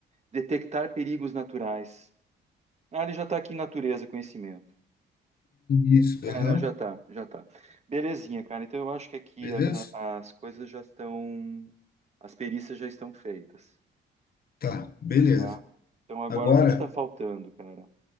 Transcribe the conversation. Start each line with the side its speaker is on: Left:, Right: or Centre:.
Right: detectar perigos naturais. Ah, ele já está aqui em natureza, conhecimento.
Left: Isso,
Right: É,
Left: aham.
Right: não, já tá, já tá. Belezinha, cara. Então eu acho que aqui
Left: Beleza?
Right: a- a- as coisas já estão, as perícias já estão feitas,
Left: Tá, beleza.
Right: tá? Então agora
Left: Agora
Right: o que que tá faltando, cara?